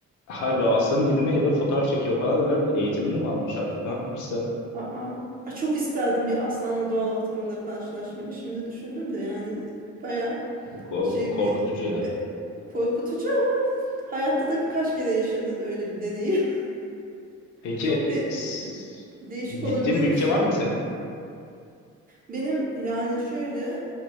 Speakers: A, on the left (about 75°); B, on the right (about 30°).
A: harbi aslanın dibine geliyor fotoğraf çekiyor falan herhalde eğitimini mi almış artık ne yapmışsa
B: Aa. Ay çok isterdim bir aslanla doğal ortamında karşılaşmayı. Şimdi düşündüm de yani baya
A: Ko-
B: şey
A: korkutucu
B: bir
A: ya.
B: e, korkutucu ama hayatta da birkaç kere yaşanır öyle bir deneyim. <laughs>
A: Peki
B: Çok de-
A: s-
B: de- de- değişik
A: gittiğin
B: olabilirmiş
A: bir ülke
B: yani.
A: var mı senin?
B: Benim yani şöyle